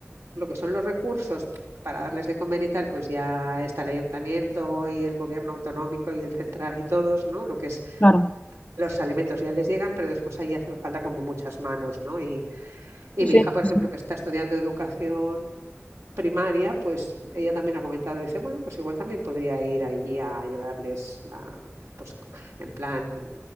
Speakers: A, on the right; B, on the left.
A: lo que son los recursos para darles de comer y tal, pues ya está el ayuntamiento y el gobierno autonómico y el central y todos, ¿no? Lo que es
B: claro.
A: los alimentos ya les llegan, pero después ahí hacen falta como muchas manos, ¿no? Y, y
B: Sí,
A: mi hija, por ejemplo,
B: sí, sí.
A: que está estudiando educación primaria, pues ella también ha comentado, dice, bueno, pues igual también podría ir allí a ayudarles a, pues en plan